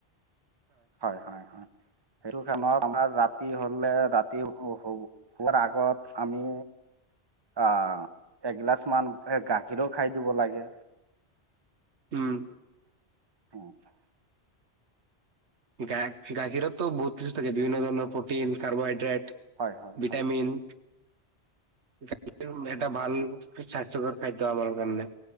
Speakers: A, on the right; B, on the right.
A: হয় হয় হয়, সেইটো কাৰণত আমাৰ জাত ৰাতি হলে ৰাতি হোৱাৰ আগত আমি আহ এগিলাচ মান গাখীৰো খাই দিব লাগে।
B: উম।
A: <unintelligible>
B: গা-গাখীৰততো বহুত কিছু থাকে বিভিন্ন ধৰণৰ প্ৰটিন কাৰ্বোহাইড্ৰেট।
A: হয় হয়
B: ভিটামিন
A: হয়
B: গাখীৰ এটা ভাল স্বাস্থ্যকৰ খাদ্য আমাৰ কাৰণে